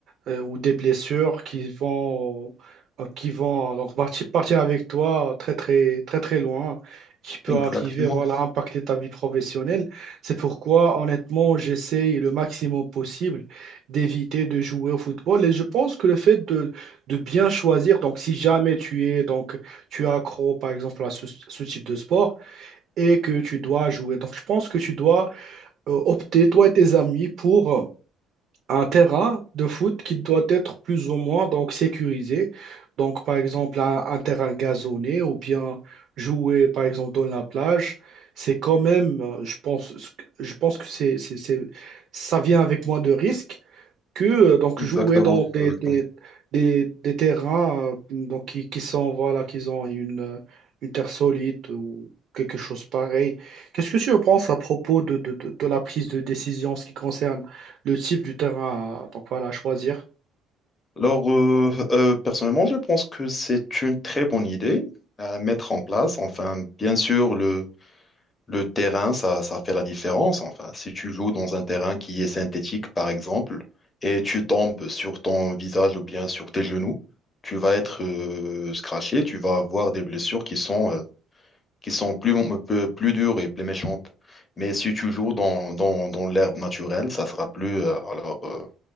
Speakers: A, on the right (about 55°); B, on the left (about 25°).
A: euh, ou des blessures qui vont, euh, qui vont donc partir, partir avec toi très très très très loin, qui peut
B: exactement,
A: arriver voilà impacter ta vie professionnelle. C'est pourquoi honnêtement j'essaye le maximum possible d'éviter de jouer au football et je pense que le fait de, de bien choisir donc si jamais tu es donc tu es accro par exemple à ce, ce type de sport et que tu dois jouer donc je pense que tu dois euh, opter toi et tes amis pour un terrain de foot qui doit être plus ou moins donc sécurisé. Donc, par exemple, un, un terrain gazonné ou bien jouer, par exemple, dans la plage, c'est quand même, euh, je pense, je pense que c'est, c'est, c'est- ça vient avec moins de risques que euh, donc
B: exactement,
A: jouer dans des,
B: exactement.
A: des, des, des terrains euh, donc, qui, qui sont voilà qu'ils ont une, euh, une terre solide ou quelque chose pareil. Qu'est-ce que tu en penses à propos de, de, de, de la prise de décision en ce qui concerne le type du terrain euh, donc voilà à choisir?
B: Alors euh, euh, personnellement, je pense que c'est une très bonne idée à mettre en place. Enfin, bien sûr, le Le terrain, ça, ça fait la différence. Enfin, si tu joues dans un terrain qui est synthétique, par exemple, et tu tombes sur ton visage ou bien sur tes genoux, tu vas être euh, scratché, tu vas avoir des blessures qui sont, euh, qui sont plus, peu- plus dures et plus méchantes. Mais si tu joues dans, dans, dans l'herbe naturelle, ça sera plus, euh, alors, euh,